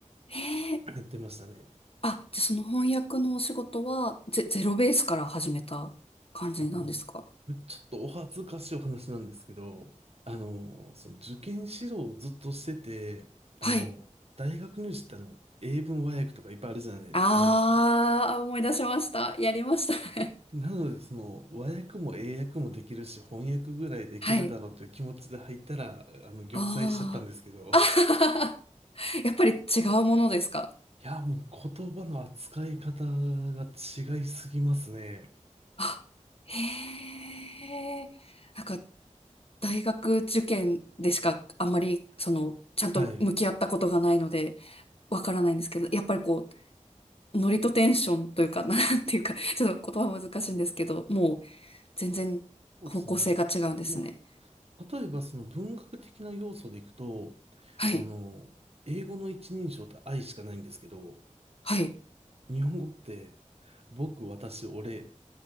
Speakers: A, on the left; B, on the right.
A: へえ。
B: やってましたね。
A: あ、じゃあその翻訳のお仕事はゼ、ゼロベースから始めた感じなんですか
B: あの、ちょっとお恥ずかしいお話なんですけど、あの、その受験指導をずっとしてて、あの、
A: はい。
B: 大学入試ってあの、英文和訳とかいっぱいあるじゃないないですか。
A: ああ、思い出しました。やりましたね。
B: なので、その、和訳も英訳もできるし、翻訳ぐらいできるだろうという気持ちで入ったら、
A: <laughs> はい。
B: あの、玉砕しちゃったんですけど、
A: ああ。
B: <laughs> い
A: <laughs> やっぱり違うものですか
B: や、もう言葉の扱い方が違いすぎますね。
A: あ、へえ。なんか、大学受験でしかあんまり、その、ちゃんと向き合ったことがないので、
B: はい。
A: わからないんですけど、やっぱりこう、ノリとテンションというか、<laughs> なんていうか、ちょっと言葉は難しいんですけど、もう全然方向性が違うんですね。
B: そうですね。もうまあ、例えば、その文学的な要素でいくと、
A: はい、
B: あの、英語の一人称って愛しかないんですけど、
A: はい、
B: 日本語って、僕、私、俺、